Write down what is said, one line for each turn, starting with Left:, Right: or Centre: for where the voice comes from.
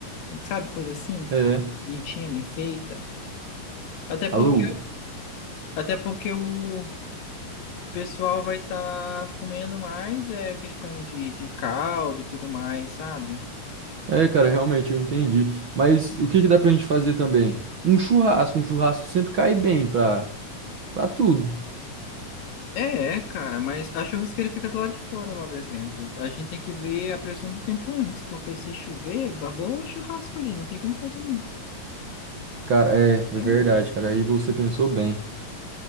Left: Sabe, coisa assim?
Right: É.
Left: Bonitinha, bem feita. Até porque,
Right: Alô?
Left: até porque o pessoal vai estar comendo mais, é questão de, de caldo e tudo mais, sabe?
Right: É, cara, realmente eu entendi. Mas o que que dá pra gente fazer também? Um churrasco. Um churrasco sempre cai bem pra, pra tudo.
Left: É, é, cara, mas a churrasqueira fica do lado de fora lá do evento. A gente tem que ver a pressão do tempo antes, porque se chover, babou o churrasco ali, não tem como fazer não.
Right: Cara, é,
Left: Eu-
Right: é verdade, cara. Aí você pensou bem.